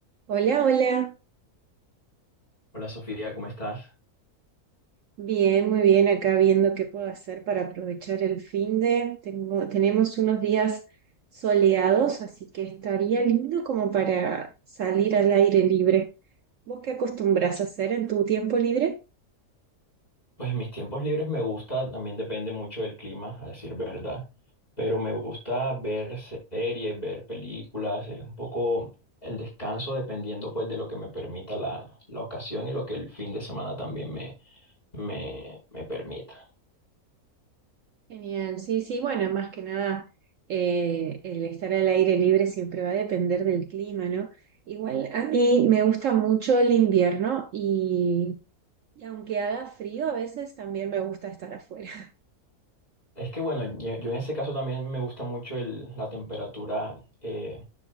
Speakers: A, on the right; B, on the left.
A: Hola, hola.
B: Hola Sofía, ¿cómo estás?
A: Bien, muy bien. Acá viendo qué puedo hacer para aprovechar el fin de. Tengo, tenemos unos días soleados, así que estaría lindo como para salir al aire libre. ¿Vos qué acostumbras a hacer en tu tiempo libre?
B: Pues en mis tiempos libres me gusta, también depende mucho del clima, a decir verdad, pero me gusta ver series, ver películas, es un poco el descanso dependiendo pues de lo que me permita la, la ocasión y lo que el fin de semana también me, me, me permita.
A: Genial, sí, sí. Bueno, más que nada, eh, el estar al aire libre siempre va a depender del clima, ¿no? Igual a mí me gusta mucho el invierno y, y aunque haga frío, a veces también me gusta estar afuera.
B: Es que bueno, yo yo en ese caso también me gusta mucho el- la temperatura eh,